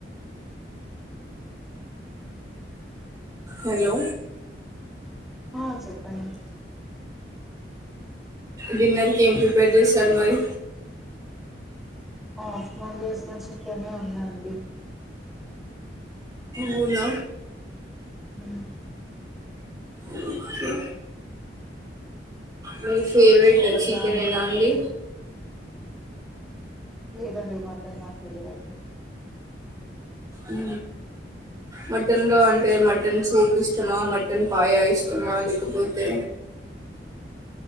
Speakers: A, on the right (about 20°); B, in the centre.
A: హలో
B: ఆ చెప్పండి
A: డిన్నర్కి ఏం ప్రిపేర్ చేశారు మరి
B: ఆఫ్టర్నూన్ చేసిన చికనే ఉందండి
A: అవునా
B: ఉ
A: ఓకే మీ ఫేవరెట్
B: సో
A: చికెనేనా
B: దాంతోటే
A: అండి
B: లేదండి మత్త నా ఫేవరెట్
A: ఈ మటన్లో అంటే మటన్ సూప్ ఇష్టమా మటన్ పాయా ఇష్టమా లేకపోతే